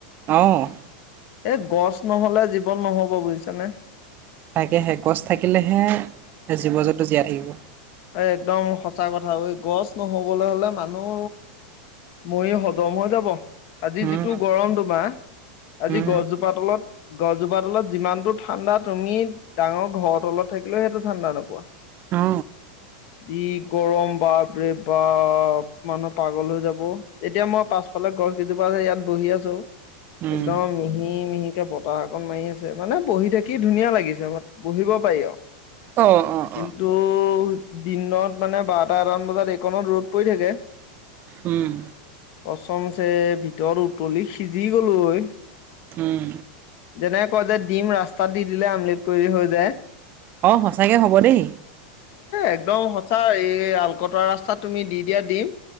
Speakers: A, on the right; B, on the left.
A: অ'।
B: এই গছ নহ'লে জীৱন নহ'ব বুজিছানেৱ
A: তাকেহে গছ থাকিলেহে, জীৱ জন্ত জীয়াই থাকিব।
B: এই একদম সঁচা কথা ঐ গছ নহ'বলৈ হ'লে মানুহ মৰি খতম হৈ যাব, আজি
A: উম
B: যিটো গৰম তোমাৰ, আজি
A: উম
B: গছজোপ <unintelligible> তলত গছজোপা তলত যিমানটো ঠাণ্ডা তুমি ডাঙৰ ঘৰৰ তলত থাকিলেও সেইটো ঠাণ্ডা নোপোৱা। কি
A: অ
B: গৰম বা বাপৰে বাপ মানুহ পাগল হৈ যাব, এতিয়া মই পাছফালে গছ কেইজোপা আছে ইয়াত বহি আছোঁ।
A: উম
B: একদম মিহি মিহিকে বতাহ অকণ মাৰি আছে মানে বহি থাকি কি ধুনীয়া লাগিছে অলপ বহিব পাৰি আৰু।
A: অ', অ', অ'।
B: কিন্তু দিনত মানে বাৰটা এটামান বজাত এইকণত ৰ'দ পৰি থাকে।
A: উম।
B: কচমচে ভিতৰত উতলি সিজি গ'লোঁ হয়।
A: উম।
B: যেনেক কয় যে দিম ৰাস্তাত দি দিলে আমলিত কৰি হৈ যায়। এ,
A: অ সঁচাকে হ'ব দেই
B: একদম সঁচা এই আলকটৰা ৰা <unintelligible> তুমি দি দিয়া দিম।